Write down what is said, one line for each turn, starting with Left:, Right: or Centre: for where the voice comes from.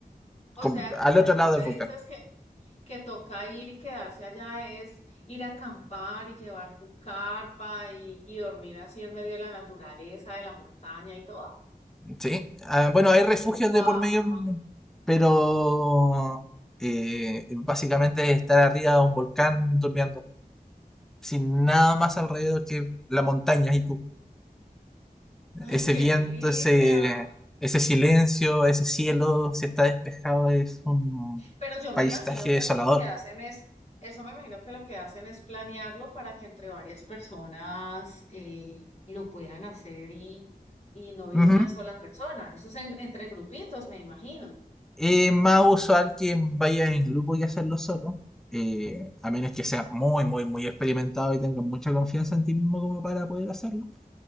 Left: o
Centre: con,
Left: sea que
Centre: al
Left: cuando
Centre: otro lado
Left: tú me
Centre: del volcán.
Left: dices que que toca ir y quedarse allá es ir a acampar y llevar tu carpa y, y dormir así en medio de la naturaleza, de la montaña y todo.
Centre: ¿sí? Ah, bueno, hay refugios
Left: ¡Wow!
Centre: de por medio, pero eh, básicamente es estar arriba de un volcán durmiendo sin nada más alrededor que la montaña y tú.
Left: ¡Ay,
Centre: Ese
Left: qué
Centre: viento,
Left: delicia!
Centre: ese, ese silencio, ese cielo, si está despejado, es un
Left: Pero yo me
Centre: paisaje
Left: imagino que
Centre: desolador.
Left: eso lo que hacen es, eso me imagino que lo que hacen es planearlo para que entre varias personas eh, lo puedan hacer y, y no ir
Centre: Ujú.
Left: una sola persona. Eso es en- entre grupitos, me imagino.
Centre: Es más usual que vaya en grupo y hacerlo solo, eh, a menos que seas muy, muy, muy experimentado y tengas mucha confianza en ti mismo como para poder hacerlo.